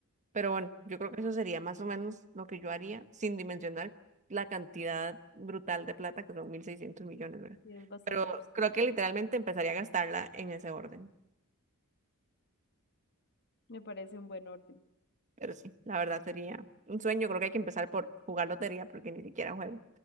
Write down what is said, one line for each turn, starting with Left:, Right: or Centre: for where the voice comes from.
Right: Pero bueno, yo creo que eso sería más o menos lo que yo haría, sin dimensionar la cantidad brutal de plata, que son 1.600 millones, ¿verdad?
Left: y es bastante
Right: Pero
Left: absurdo.
Right: creo que literalmente empezaría a gastarla en ese orden.
Left: Me parece un buen orden.
Right: Pero sí, la verdad sería un sueño. Creo que hay que empezar por jugar lotería, porque ni siquiera juego.